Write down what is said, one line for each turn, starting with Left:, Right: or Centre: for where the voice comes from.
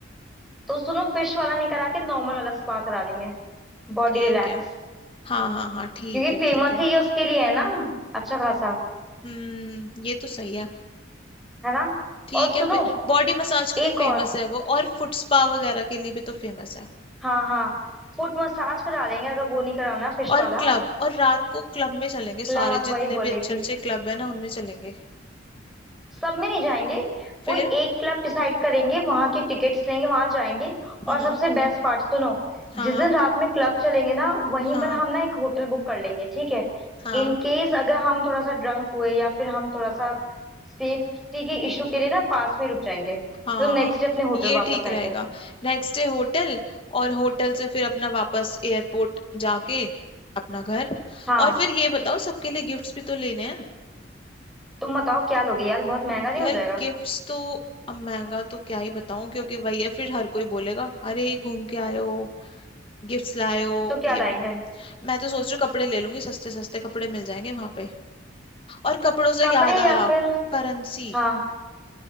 Centre: तो सुनो फिश वाला नहीं करा के नॉर्मल वाला स्पा करा लेंगे बॉडी
Left: ठीक
Centre: रिलैक्स
Left: है हाँ हाँ हाँ ठीक
Centre: क्योंकि
Left: है
Centre: फेमस
Left: ठीक है
Centre: ही ये उसके लिए है ना अच्छा खासा
Left: हम्म ये तो सही है
Centre: है ना
Left: ठीक
Centre: और सुनो
Left: है बॉडी मसाज के
Centre: एक
Left: लिए
Centre: और
Left: फेमस है वो और फुट स्पा वगैरह के लिए भी तो फेमस है
Centre: हाँ हाँ फुट मसाज करा लेंगे अगर वो नहीं कराना फिश
Left: और
Centre: वाला
Left: क्लब और रात को क्लब में चलेंगे
Centre: क्लब
Left: सारे जितने
Centre: वही बोल
Left: भी
Centre: रही
Left: अच्छे
Centre: थी
Left: अच्छे क्लब है ना उनमें चलेंगे
Centre: सब में नहीं जाएंगे कोई
Left: फिर
Centre: एक क्लब डिसाइड करेंगे वहां की टिकट्स लेंगे वहां जाएंगे और
Left: हम्म
Centre: सबसे बेस्ट पार्ट सुनो
Left: हाँ
Centre: जिस दिन रात में क्लब चलेंगे ना वहीं
Left: हाँ
Centre: पर हम ना एक होटल बुक कर लेंगे ठीक है
Left: हाँ
Centre: इन केस अगर हम थोड़ा सा ड्रंक हुए या फिर हम थोड़ा सा सेफ्टी के इशू के लिए ना पास में रुक जाएंगे
Left: हाँ
Centre: तो नेक्स्ट डे अपने होटल
Left: ये
Centre: वापस
Left: ठीक
Centre: आएंगे
Left: रहेगा नेक्स्ट डे होटल और होटल से फिर अपना वापस एयरपोर्ट जाके अपना घर
Centre: हाँ
Left: और फिर ये बताओ सबके लिए गिफ्ट्स भी तो लेने हैं
Centre: तुम बताओ क्या लोगे यार बहुत महंगा नहीं
Left: यार
Centre: हो जाएगा
Left: गिफ्ट्स तो अब महंगा तो क्या ही बताऊं क्योंकि वही है फिर हर कोई बोलेगा अरे घूम के आए हो गिफ्ट्स लायो
Centre: तो क्या
Left: ये
Centre: लाएंगे
Left: भी- मैं तो सोच रही हूँ कपड़े ले लूंगी सस्ते सस्ते कपड़े मिल जाएंगे वहां पे और कपड़ों
Centre: कपड़े
Left: से याद
Centre: या
Left: आया
Centre: फिर
Left: करेंसी
Centre: हाँ